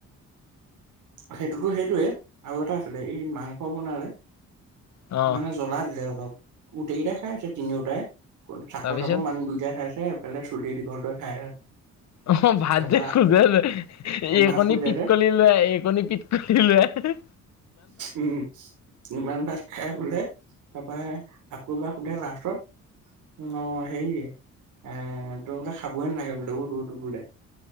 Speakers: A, on the right; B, on the left.
A: সেইটোতো সেইটোৱে আৰু এটা আছিলে এই মাংস বনালে
B: অ',
A: মানে জ্বলা দিলে অলপ গোটেইকেইটাই খাইছে তিনিওটাই চাপৰ
B: তাৰপিছত
A: চাপৰ মানুহ দুইটাঈ খাইছে এইফালে চুলি দীঘল টোৱে খাই
B: অ ভাত
A: তাৰপা
B: যে খোজে এইকণী
A: ভাত সোধে
B: পিতকলি
A: যে
B: লৰাই এইকণি পিট কণী লৰাই
A: উম ইমান ভাত খাই বুলে তাৰপৰা আকৌ এবাৰ সোধে লাষ্টত অ হেৰি এ তোৰ বোলে খাবই নালাগে বোলে লে